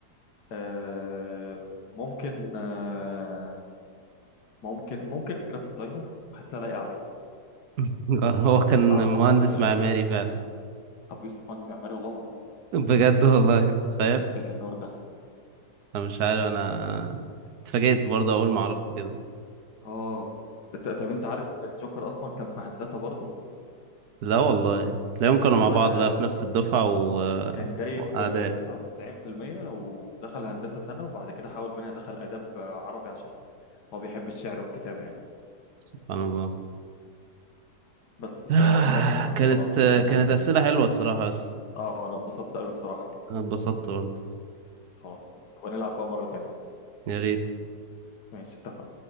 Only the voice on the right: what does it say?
<laughs> هو كان
مهندس
معماري فعلا
بجد والله تخيل
انا مش عارف انا اتفاجئت برضه اول ما عرفت كده
لا والله تلاقيهم كانوا
مع بعض
بقى في نفس الدفعة و...
وأعداء
سبحان الله
<sighs>
كانت
كانت أسئلة حلوة الصراحة بس
أنا اتبسطت برضه
يا ريت